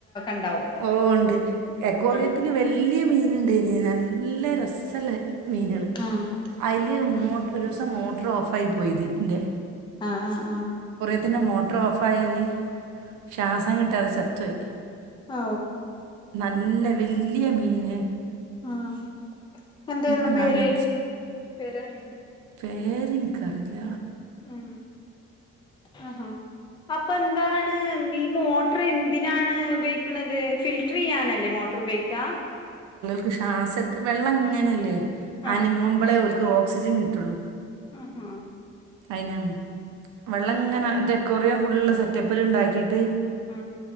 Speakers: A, on the left; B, on the right.
A: ഇണ്ടാവും
B: ഓ ഉണ്ട് അക്കോറിയത്തില്
A: ആഹ്
B: വല്യ മീന് ണ്ടീനി നല്ല രസല്ല മീനുകൾ
A: ആഹ്
B: അതില് മോ ഒരു ദിവസം മോട്ടർ ഓഫായി പോയി ഇതിൻ്റെ
A: ആഹ് ആഹ് ആ
B: ത്തിൻ്റെ മോട്ടർ ഓഫ്യൽ ശ്വാസം കിട്ടാതെ ചത്തുപയി
A: ഔ
B: നല്ല വലിയ മീന്
A: ഉം എന്തായിരുന്നു
B: അങ്ങനെ
A: പേര് പേറിയണ്ട
B: പേര് ഇൻക്കറീല
A: ഉം ആഹാ അപ്പൊ എന്താണ് ഈ മോട്ടർ എന്തിനാണ് ഉപയോഗിക്കുന്നത് ഫിൽട്ടർ ചെയ്യാനല്ലേ മോട്ടർ ബേക്കാ
B: ക്ക് ശ്വാസം എടുക്ക വെള്ളം ഇങ്ങനെയല്ലേ
A: ആഹ്
B: അനങ്ങുമ്പളേ ഓക്ക് ഓക്സിജൻ കിട്ടുള്ളൂ
A: ഉം ഉം
B: അയിനാണ് വെള്ളം ഇങ്ങനെ ഡെക്കോറിയൻ ഫുള്ള് സെറ്റപ്പിൽ ഉണ്ടാക്കിട്ട്
A: ആ